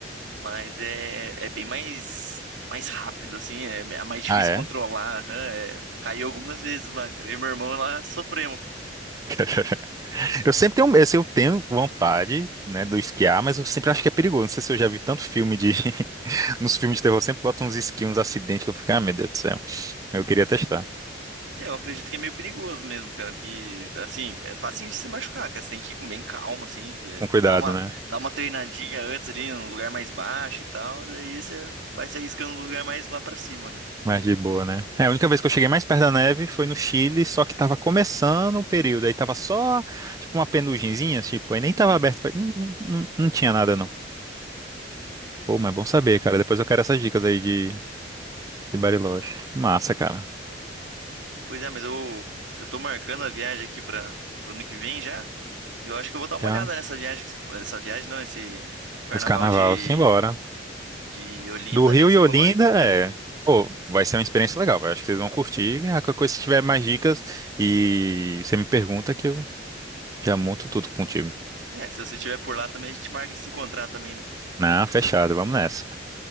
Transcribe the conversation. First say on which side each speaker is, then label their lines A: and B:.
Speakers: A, on the right; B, on the right.
A: mas é, é bem mais, mais rápido, assim, é, é mais difícil
B: Ah, é?
A: controlar. aham, é, caiu algumas vezes lá, cara. Eu e meu irmão lá sofremos.
B: <laughs> Eu sempre tenho, eu sempre tenho vontade, né, do esquiar, mas eu sempre acho que é perigoso. Não sei se eu já vi tanto filme de. <laughs> Nos filmes de terror sempre botam uns esquios, uns acidentes que eu fico, ah, meu Deus do céu. Eu queria testar.
A: É, eu acredito que é meio perigoso mesmo, cara, porque, assim, é fácil de se machucar, cara. Você tem que ir com bem calma, assim, é,
B: Com cuidado,
A: dar uma,
B: né?
A: dar uma treinadinha antes ali, num lugar mais baixo e tal, daí você vai se arriscando no lugar mais lá pra cima, né?
B: Mas de boa, né? É, a única vez que eu cheguei mais perto da neve foi no Chile, só que tava começando o período. Aí tava só, tipo, uma penugenzinha, tipo, aí
A: Uhum.
B: nem tava aberto. pra- Não, não, não não tinha nada, Pô, mas é bom saber, cara. Depois eu quero essas dicas aí de, de Bariloche. Massa, cara.
A: Pois é, mas eu, eu tô marcando a viagem aqui para o ano que vem já. E eu acho que eu vou dar uma
B: Já.
A: olhada nessa viagem que você falou. Essa viagem não, esse carnaval
B: Esse carnaval,
A: de,
B: simbora.
A: de Olinda,
B: Do Rio
A: né? Que
B: e
A: você
B: Olinda,
A: falou, e do
B: é.
A: Rio.
B: Pô, vai ser uma experiência legal, vai. Acho que vocês vão curtir. Ah, qualquer coisa, se tiver mais dicas e você me pergunta que eu já monto tudo contigo.
A: É, se você estiver por lá também, a gente marca de se encontrar também, né?
B: Não, fechado. Vamos nessa.